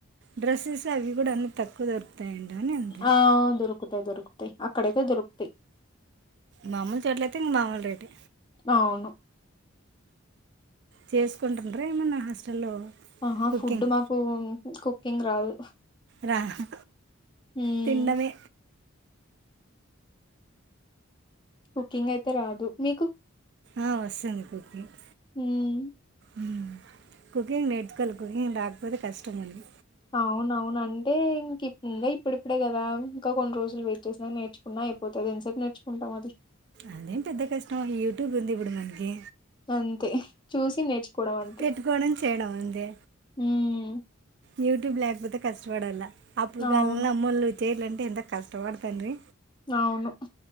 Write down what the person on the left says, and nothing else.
ఆ దొరుకుతాయి దొరుకుతాయి అక్కడయితే దొరుకుతాయి
అవును
ఆహా
ఫుడ్ మాకు కుకింగ్ రాదు
హ్మ్
కుకింగ్ అయితే రాదు మీకు
హ్మ్
అవునవున అంటే ఇంక ఇంగ ఇప్పుడి ఇప్పుడే కదా ఇంకా కొన్ని రోజులు వెయిట్ చేసినా నేర్చుకున్నా అయిపోతది ఎంతసేపు నేర్చుకుంటాం అది
అంతే చూసి నేర్చుకోవడం అంతే
హమ్
అవును
అవును